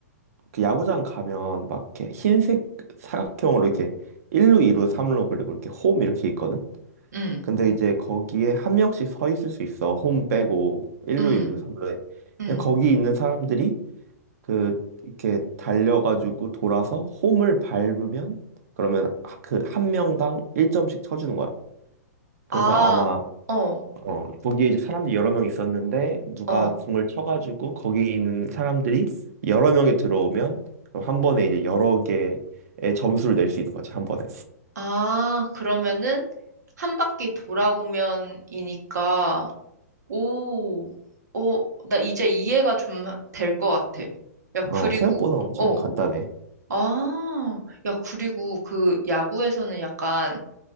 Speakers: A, on the right; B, on the right.
A: 그 야구장 가면 막 이렇게 흰색 사각형으로 이렇게 1루, 2루, 3루, 그리고 이렇게 홈 이렇게 있거든?
B: 응,
A: 근데 이제 거기에 한 명씩 서 있을 수 있어. 홈 빼고 1루,
B: 응,
A: 일루 3루에.
B: 응.
A: 그냥 거기 있는 사람들이 그 이렇게 달려가지고 돌아서 홈을 밟으면 그러면 그 한 명당 1점씩 쳐주는 거야. 그래서
B: 아,
A: 아마
B: 어,
A: 어 거기에 이제 사람들이 여러 명 있었는데 누가
B: 어.
A: 공을 쳐가지고 거기 있는 사람들이 여러 명이 들어오면 그럼 한 번에 이제 여러 개의 점수를 낼 수 있는 거지 한 번에.
B: 아, 그러면은 한 바퀴 돌아오면이니까, 오, 오, 나 이제 이해가 좀 될 것 같아. 야, 그리고,
A: 어 생각보다 엄청
B: 어,
A: 간단해.
B: 아, 야, 그리고 그 야구에서는 약간